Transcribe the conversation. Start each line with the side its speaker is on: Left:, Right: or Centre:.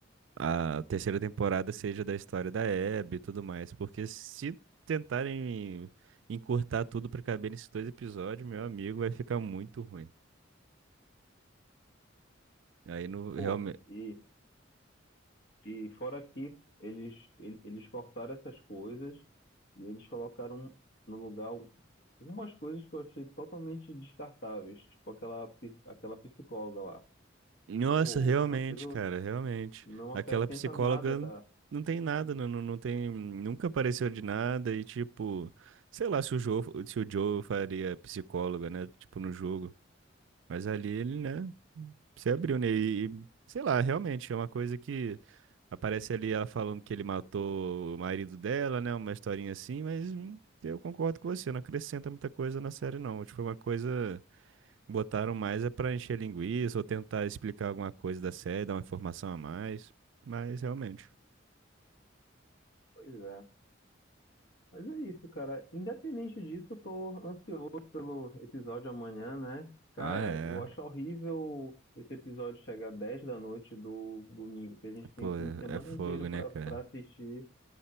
Right: a terceira temporada seja da história da Abby e tudo mais, porque se tentarem encurtar tudo pra caber nesses dois episódios, meu amigo, vai ficar muito ruim. Aí não realmente.
Left: pô, e, e fora que eles, ele- eles cortaram essas coisas e eles colocaram no lugar algumas coisas que eu achei totalmente descartáveis, tipo aquela, pi- aquela psicóloga lá.
Right: Nossa,
Left: Pô,
Right: realmente,
Left: aquilo
Right: cara, realmente.
Left: não acrescenta
Right: Aquela psicóloga
Left: nada, tá?
Right: não tem nada, não, não não tem, nunca apareceu de nada e tipo, sei lá se o Joe, se o Joe faria psicóloga, né, tipo no jogo. Mas ali ele, né, se abriu, né, e e, sei lá, realmente é uma coisa que aparece ali ela falando que ele matou o marido dela, né, uma historinha assim, mas hum, eu concordo com você, não acrescenta muita coisa na série não. Tipo, é uma coisa Botaram mais é pra encher linguiça ou tentar explicar alguma coisa da série, dar uma informação a mais. Mas realmente.
Left: Pois é. Mas é isso, cara. Independente disso, eu tô ansioso pelo episódio amanhã, né? Cara,
Right: Ah, é.
Left: eu acho horrível esse episódio chegar 10 da noite do domingo, que a gente tem
Right: Pô,
Left: o fim de semana
Right: é fogo,
Left: inteiro pra,
Right: né, cara?
Left: pra assistir.